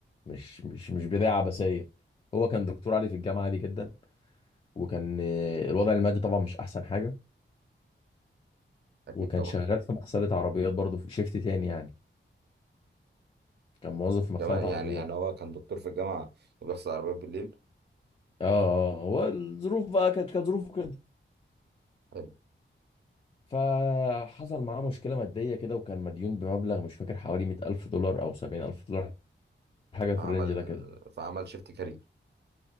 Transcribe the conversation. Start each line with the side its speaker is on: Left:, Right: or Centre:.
Left: مش مش مش بدايه عبثيه هو كان دكتور عادي في الجامعه عادي جدا وكان آه، الوضع المادي طبعا مش احسن حاجه
Right: اكيد
Left: وكان
Right: طبعا
Left: شغال في مغسله عربيات برضه في شيفت تاني يعني كان موظف في مغسله
Right: كمان يعني
Left: عربيات
Right: يعني هو كان دكتور في الجامعه وبيغسل عربيات بالليل
Left: اه اه آه، هو الظروف بقى كانت كانت ظروفه كده
Right: حلو
Left: فحصل معاه مشكله ماديه كده وكان مديون بمبلغ مش فاكر حوالي 100000 دولار او 70000 دولار حاجه في
Right: فعمل
Left: الرينج ده كده
Right: فعمل شيفت كارير